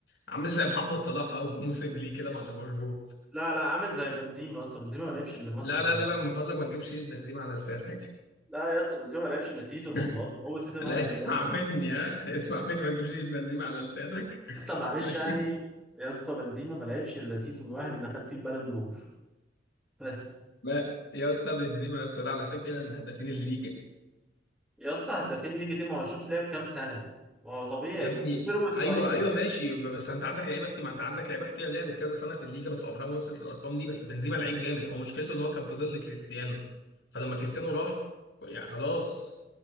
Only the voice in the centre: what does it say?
لا لا عامل زي بنزيما اصلا بنزيما ما لعبش الا ماتش
الا
لا يا اسطى بنزيما ما لعبش الا سيزون والله
هو سيزون
واحد اللي
لعب يا
اسطى
معلش
يعني يا اسطى بنزيما ما لعبش الا سيزون واحد اللي خد فيه البالون دور بس
يا اسطى هدافين ليج تيم هو شوف لعب كام سنه ما هو طبيعي
وفيرويد صريح